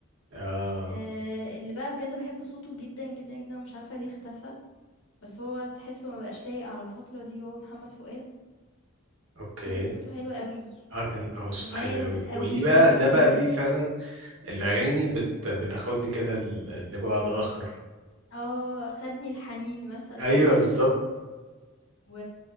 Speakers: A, on the right; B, on the left.
A: اه
B: آه، اللي بقى بجد بحب صوته جدا جدا جدا ومش عارفه ليه اختفى بس هو تحسه ما بقاش لايق على الفتره دي هو محمد فؤاد
A: اوكي
B: الراجل صوته حلو أوي،
A: اه كان هو صوته
B: مميز
A: حلو قوي
B: أوي،
A: وليه بقى
B: أوي،
A: ده
B: أوي.
A: بقى ليه فعلا الأغاني بت بتاخدني كده ل- لبعد آخر
B: آه، خدني الحنين مثلًا
A: أيوه
B: <laughs>
A: بالظبط
B: و